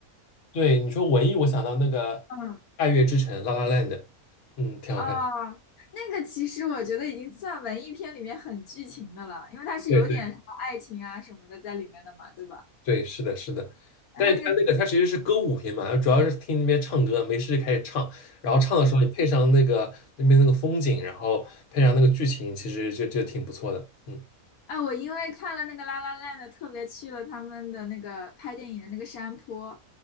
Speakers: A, on the left; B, on the left.
A: 对，你说文艺，我想到那个
B: <laughs> 嗯。
A: 《爱乐之城》La La Land，嗯，挺好看。
B: 哦，那个其实我觉得已经算文艺片里面很剧情的了，因为它是有点什么爱情啊什么的在里面的嘛，
A: 对对
B: 对吧？
A: 对，是的，是的。但是他那个他其实是歌舞片嘛，
B: 然后那个，
A: 主要是听那边唱歌，没事就开始唱，然后唱的时候你配上那个那边那个风景，然后配上那个剧情，其实就就挺不错的。嗯，
B: 哎，我因为看了那个《La La n d 特别去了他们的那个拍电影的那个山坡，